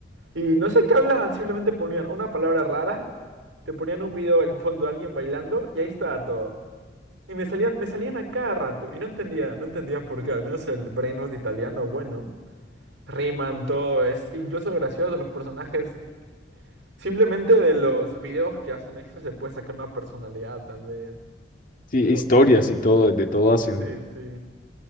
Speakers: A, on the right; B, on the left.
A: Y no sé qué hablaban. Simplemente ponían una palabra rara. Te ponían un video en fondo de alguien bailando. Y ahí estaba todo. Y me salían, me salían a cada rato. Y no entendía, no entendía por qué. Al menos el brain rot italiano, bueno. Riman, todo es incluso gracioso los personajes. Simplemente de los videos que hacen extra se puede sacar una personalidad, tal vez.
B: Sí,
A: Pero,
B: historias y todo, de todo hacen.
A: sí, sí.